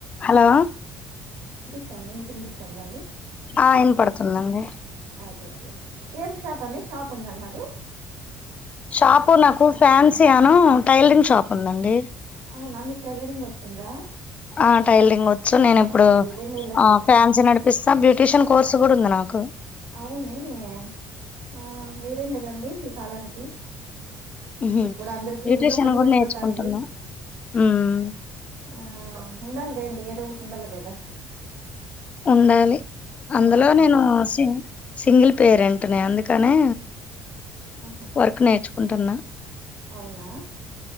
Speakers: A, on the left (about 30°); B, on the right (about 85°).
A: Hello.
B: వినిపిస్తుంది మీకు వినిపిస్తుందా అండి.
A: ఆహ్ వినపడుతోంది అండి.
B: అదే ఏం షాప్ అండి షాప్ అని అన్నారు.
A: షాపు నాకు ఫ్యాన్సీ అను టైలరింగ్ షాప్ ఉందండి.
B: అవునా మికు టైలరింగ్ వస్తుందా.
A: ఆ టైలరింగ్ వచ్చు నేను
B: అబ్బా
A: ఇప్పుడు
B: మీరే మేలండి
A: ఆహ్ ఫ్యాన్సీ నడిపిస్తా బ్యూటీషియన్ కోర్సు కూడా ఉంది నాకు.
B: అవునేమీ ఆహ్ మీరేమేలాండి ఈ కాలానికి
A: ఉహు
B: ఇప్పుడు అందరికి
A: బ్యూటీషియన్
B: ఇంట్లో పని
A: కూడా
B: సరిపోతాంది.
A: నేర్చుకుంటున్నా ఉమ్
B: ఆహ్ ఉండాలలేండి ఏదో ఒకటి ఉండాలి కదా
A: ఉండాలి అందులో
B: అవునవును
A: నేను సింగ్. సింగిల్ పేరెంట్నే అందుకనే
B: ఆహా
A: వర్క్ నేర్చుకుంటున్నా.
B: అవునా